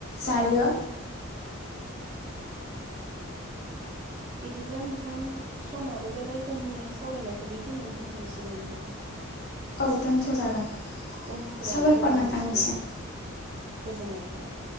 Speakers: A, on the left (about 50°); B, on the right (about 35°).
A: जायो
B: बिदिब्ला नोंथां समाबो जाबाय जोंनि सावरायनायखौ बेखिनियावनो दोन्थ'नोसै नामा नोंथां
A: औ दोनथ' जागोन
B: उनफोराव
A: साबायखर
B: लोगो
A: नोंथांनिसिम
B: मोनसिगोन गोजोननाय थाबाय